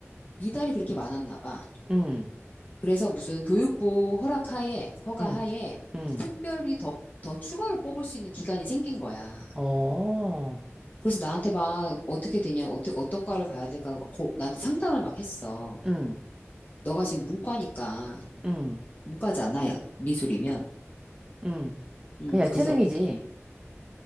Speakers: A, on the left; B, on the right.
A: 미달이 그렇게 많았나 봐.
B: 응,
A: 그래서 무슨 교육부 허락하에, 허가하에
B: 응, 응,
A: 특별히 더, 더 추가로 뽑을 수 있는 기간이 생긴 거야.
B: 어,
A: 그래서 나한테 막 어떻게 되냐, 어떻게, 어떤 과를 가야 될까, 막 고- 나한테 상담을 막 했어.
B: 응,
A: 너가 지금 문과니까,
B: 응.
A: 문과잖아, 미술이면.
B: 응.
A: 음,
B: 아니야, 체능이지.
A: 그래서, 그냥,